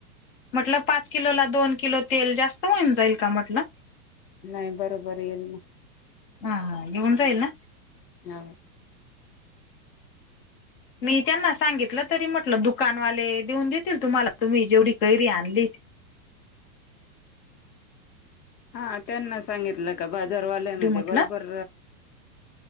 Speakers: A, on the left (about 35°); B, on the left (about 85°).
A: म्हटलं पाच किलो ला दोन किलो तेल जास्त होऊन जाईल का म्हटलं
B: नाही बरोबर येईल ना
A: हा हा निघून जााईल ना
B: हा
A: मी त्यांना सांगितलं तरी म्हटलं दुकानवाले देऊन देतील तुम्हाला तुम्ही जेवढी कैरी आणली
B: हा त्यांना सांगितलं का बाजारवाल्यान
A: तेवढी म्हटलं
B: ते बरोबर